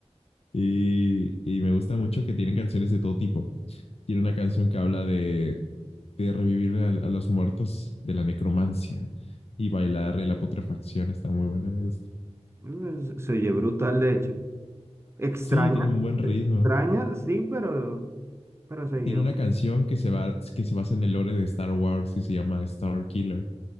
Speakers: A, on the left (about 60°); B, on the right (about 25°).
A: Y, y me gusta mucho que tienen canciones de todo tipo. Tiene una canción que habla de, de revivir a, a los muertos de la necromancia y bailar la putrefacción. Está muy buena, me gusta.
B: Mm, Se se oye brutal, de hecho. Extraña,
A: Sí, tiene un buen ritmo.
B: extraña, sí, pero, pero se oye
A: Tiene una canción que se va, que se basa en el lore de Star Wars y se llama Star Killer.